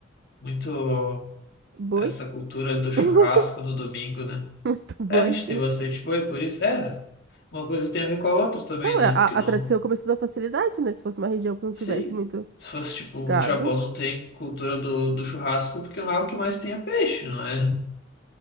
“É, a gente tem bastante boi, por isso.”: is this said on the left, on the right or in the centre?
Left